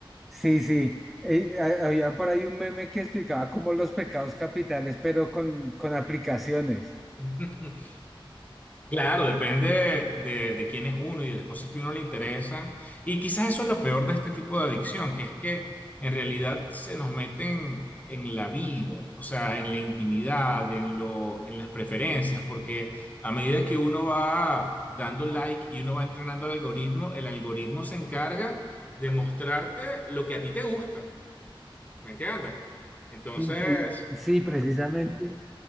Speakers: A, in the centre; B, on the left (about 15°).
A: Sí, sí. Eh, ha- había por ahí un meme que explicaba como los pecados capitales, pero con, con aplicaciones.
B: <laughs> Claro, depende de, de quién es uno y de las cosas que a uno le interesan. Y quizás eso es lo peor de este tipo de adicción, que es que en realidad se nos meten en la vida, o sea, en la intimidad, en lo, en las preferencias, porque a medida que uno va dando like y uno va entrenando al algoritmo, el algoritmo se encarga de mostrarte lo que a ti te gusta, ¿me entiendes? Entonces,
A: Sí, sí, precisamente.